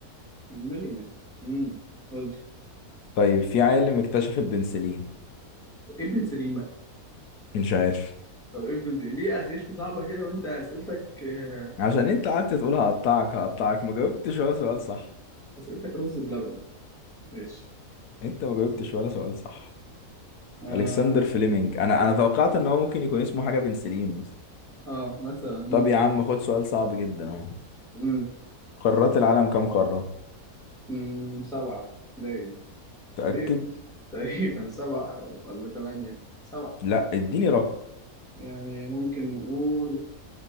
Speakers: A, in the centre; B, on the left.
A: الميجرمنت امم قول لي
B: طيب في عالم اكتشف البنسلين
A: ابن سليم بقى
B: مش عارف
A: طب ابن سليم ليه اسئلتي صعبه كده وانت اسئلتك آه،
B: عشان انت قعدت تقول هقطعك هقطعك ما جاوبتش ولا سؤال صح
A: اسئلتك رز بلبن ماشي
B: انت ما جاوبتش ولا سؤال صح
A: اه
B: الكسندر فليمنج انا انا توقعت ان هو ممكن يكون اسمه حاجة بنسلين مثلا
A: اه مثلا ممكن
B: طب يا عم خد سؤال صعب جدا اهو
A: امم
B: قارات العالم كام قارة
A: امم سبعه باين
B: تأكد
A: تقريبا تقريبا سبعه أو- ولا ثمانيه سبعه
B: لا اديني رقم
A: يعني ممكن نقول